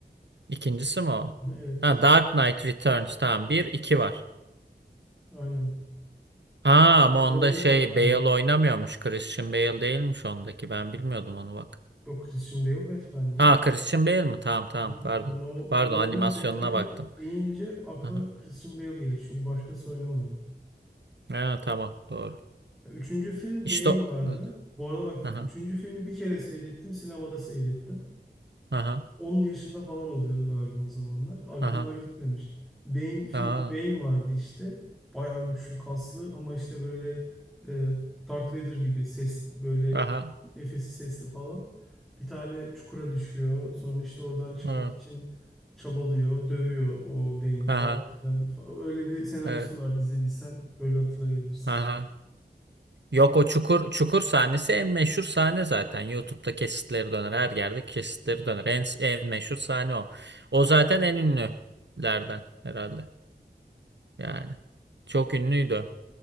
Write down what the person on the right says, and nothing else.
İkincisi mi o?
Ha, Dark Knight Returns tamam bir 2 var.
Aa ama
onda şey
Bale oynamıyormuş. Christian Bale değilmiş ondaki. Ben bilmiyordum onu bak.
Aa Christian Bale mi? Tamam tamam
pardon.
Pardon
animasyonuna
baktım.
Aha.
Ha, tamam doğru.
İşte
o-
evet.
Aha.
Aha.
Aha.
Aha.
Aha.
Hı.
Aha.
Evet.
Aha. Yok o çukur çukur sahnesi en meşhur sahne zaten. YouTube'da kesitleri döner. Her yerde kesitleri döner. En, en meşhur sahne o. O zaten en ünlülerden herhalde. Yani. Çok ünlüydü.